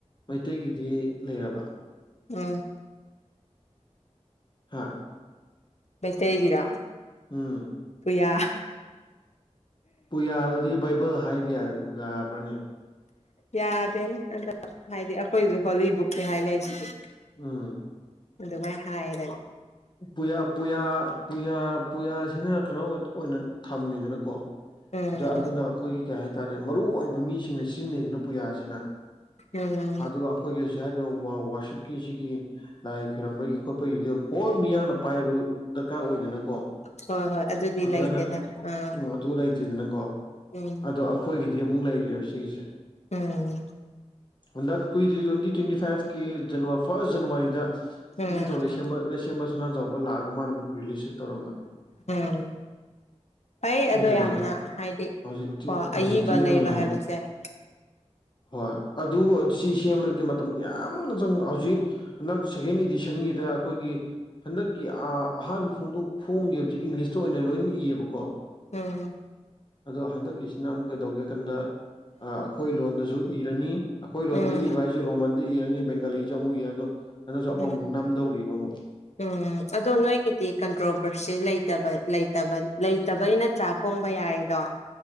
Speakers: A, on the left (about 40°); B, on the left (about 70°).
A: ꯃꯩꯇꯩꯒꯤꯗꯤ ꯂꯩꯔꯕ
B: ꯎꯝ
A: ꯍꯥꯥ
B: ꯃꯦꯁ ꯍꯦꯒꯔꯥ
A: ꯎꯝ
B: ꯄꯨꯌꯥ
A: ꯄꯨꯌꯥꯗꯨꯗꯤ ꯕꯥꯏꯕꯜ ꯍꯥꯏꯕ ꯌꯥ ꯌꯥꯕ꯭ꯔꯅꯦ
B: ꯌꯥꯗꯦꯅꯦ ꯑꯗ ꯍꯥꯏꯗꯤ ꯑꯩꯈꯣꯏꯁꯨ ꯍꯣꯂꯤꯕꯨꯛꯅꯤ ꯍꯥꯏꯅꯩ ꯁꯤꯗꯤ
A: ꯎꯝ
B: ꯑꯗꯨꯗꯨ ꯃꯥꯏ ꯍꯥ ꯍꯥꯏꯗꯅꯤ
A: ꯄꯨꯌꯥ ꯄꯨꯌꯥ ꯄꯨꯌꯥ ꯄꯨꯌꯥꯁꯤꯅ ꯀꯩꯅꯣ ꯑꯣꯏꯅ ꯊꯝꯃꯤꯗꯅꯀꯣ
B: ꯎꯝ
A: ꯑꯗꯨꯅ ꯑꯩꯈꯣꯏꯒꯤ ꯀꯩ ꯍꯥꯏꯇꯥꯔꯦ ꯃꯔꯨꯑꯣ ꯑꯣꯏꯕ ꯃꯤꯁꯤꯡꯅ ꯁꯤꯖꯤꯟꯅꯩꯁꯤꯅ ꯄꯨꯌꯥꯁꯤꯅ
B: ꯎꯝ
A: ꯑꯗꯨꯒ ꯑꯩꯈꯣꯏꯒꯤ ꯑꯁꯤ ꯍꯥꯏꯔꯤꯕ ꯋꯥꯔꯁꯤꯞꯀꯤ ꯑꯁꯤꯒꯤ ꯂꯥꯏ ꯈꯣꯏꯔꯝꯕꯒꯤ ꯈꯣꯠꯄꯒꯤꯗꯤ ꯍꯣꯜ ꯃꯤꯌꯥꯝꯅ ꯄꯥꯏꯕ ꯗꯔꯀꯥꯔ ꯑꯣꯏꯗꯅꯀꯣ
B: ꯍꯣꯏ ꯍꯣꯏ ꯑꯗꯨꯗꯤ
A: ꯑꯗꯨ
B: ꯂꯩꯇꯦꯗ
A: ꯑꯅ
B: ꯑꯥ
A: ꯎꯝ ꯑꯗꯨ ꯂꯩꯇꯗꯅꯀꯣ
B: ꯎꯝ
A: ꯑꯣ ꯑꯩꯈꯣꯏꯒꯤꯗꯤ ꯑꯃꯨꯛ ꯂꯩꯔꯦꯕ ꯁꯤꯒꯤꯁꯦ
B: ꯎꯝ
A: ꯍꯟꯗꯛ ꯀꯨꯏꯗ꯭ꯔꯤ ꯇ꯭ꯋꯦꯟꯇꯤ ꯇ꯭ꯋꯦꯟꯇꯤ ꯐꯥꯏꯚ ꯐꯥꯔꯁ ꯖꯅꯋꯥꯔꯤꯗ
B: ꯎꯝ
A: ꯅꯤꯡꯊꯧ ꯃꯁꯅꯥꯖꯥꯎꯕ ꯂꯥꯛꯑꯒ ꯃꯥꯅ ꯕꯨꯛ ꯔꯤꯂꯤꯁ ꯇꯧꯔꯝꯕꯅꯤ
B: ꯎꯝ ꯐꯩ
A: ꯑꯗꯨꯅ
B: ꯑꯗꯣ ꯌꯥꯝꯅ ꯍꯥꯏꯗꯤ
A: ꯍꯧꯖꯤꯛꯇꯤ
B: ꯀꯣ ꯑꯏꯕ
A: ꯍꯧꯖꯤꯛꯇꯤ
B: ꯂꯩꯕ
A: ꯑꯥ
B: ꯍꯥꯏꯕꯁꯦ <inaudible>
A: ꯍꯣꯏ ꯑꯗꯨ ꯁꯤ ꯁꯦꯝꯃꯗꯤ ꯃꯇꯝꯗ ꯌꯥꯝꯅ ꯆꯪꯕ ꯍꯧꯖꯤꯛ ꯍꯟꯗꯛ ꯁꯦꯀꯦꯟ ꯏꯗꯤꯁꯟꯒꯤꯗ ꯑꯩꯈꯣꯏꯒꯤ ꯍꯟꯗꯛꯀꯤ ꯑꯍꯥꯟꯕ ꯐꯣꯡꯗꯣꯛ ꯐꯣꯡꯒꯦꯁ ꯏꯪꯂꯤꯁꯇ ꯑꯣꯏꯅ ꯂꯣꯏꯅ ꯏꯌꯦꯕꯀꯣ
B: ꯎꯝ
A: ꯑꯗꯣ ꯍꯟꯗꯛꯀꯤꯁꯤꯅ ꯑꯃꯨꯛ ꯀꯩꯗꯧꯒꯦ ꯀꯟꯗ ꯑꯩꯈꯣꯏ ꯂꯣꯟꯗꯁꯨ ꯏꯔꯅꯤ ꯑꯩꯈꯣꯏ ꯂꯣꯟꯗ
B: ꯎꯝ
A: ꯏꯕ ꯍꯥꯏꯁꯤꯦ ꯔꯣꯃꯟꯗ ꯏꯔꯅꯤ ꯕꯦꯡꯒꯥꯂꯤꯁꯤ ꯆ ꯑꯃꯨꯛ ꯌꯦ ꯑꯗꯣ ꯅꯗꯁꯨ ꯑꯃꯃꯨꯛ
B: ꯎꯝ
A: ꯅꯝꯗꯧꯔꯤꯕ ꯑꯃꯨꯛ
B: ꯎꯝ ꯑꯗꯣ ꯅꯣꯏꯒꯤꯗꯤ ꯀꯟ꯭ꯔꯣ ꯄ꯭ꯔꯣꯁꯇꯇ ꯂꯩꯇꯕꯩ ꯅꯠꯇ꯭ꯔꯥ ꯄꯣꯡꯕ ꯌꯥꯔꯗꯣ